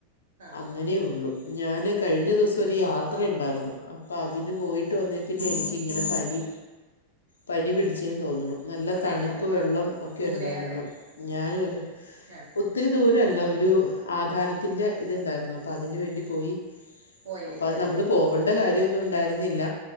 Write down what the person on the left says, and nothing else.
അങ്ങനെയുള്ളു ഞാന് കഴിഞ്ഞ ദിവസം ഒരു യാത്ര ഇണ്ടായിരുന്നു അപ്പം അതിന് പോയിട്ട്
വന്ന് പിന്നെ എനിക്കിങ്ങനെ പനി പനി പിടിച്ചേന്ന് തോന്നണു. നല്ല
തണുപ്പ്
വെള്ളം
ഒക്കെ
ഇണ്ടായിരുന്നു ഞാൻ ഒരു
ഒത് ഒത്തിരി ദൂരം അല്ല ഒരു ആധാരത്തിന്റെ ഇത്ണ്ടായിരുന്നു അപ്പം അതിന് വേണ്ടി പോയി
അപ്പം അത് നമ്മള് പോവണ്ട കാര്യമൊന്നും ഉണ്ടായിരുന്നില്ല